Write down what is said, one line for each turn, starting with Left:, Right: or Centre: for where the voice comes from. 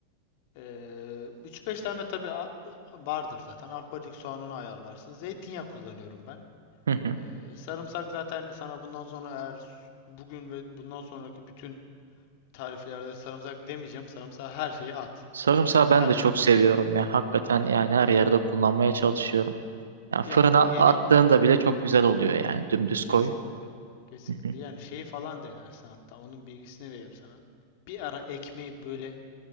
Left: Ee, 3-5 tane tabii a- vardır zaten. Arpacık soğanını ayarlarsın. Zeytinyağı kullanıyorum ben.
Right: hı hı.
Left: Ee, sarımsak zaten sana bundan sonra eğer bugün ve bundan sonraki bütün tariflerde sarımsak demeyeceğim. Sarımsağı her şeye at.
Right: Sarımsağı
Left: Her
Right: ben de
Left: zaman.
Right: çok seviyorum ya. Hakikaten yani her yerde kullanmaya çalışıyorum. Ya fırına
Left: Yani yeni
Right: attığında bile çok güzel oluyor yani. Dümdüz
Left: kesinlikle.
Right: koy.
Left: Kesinlikle.
Right: Hı hı.
Left: Yani şeyi falan denersin hatta. Onun bilgisini vereyim sana. Bir ara ekmeği böyle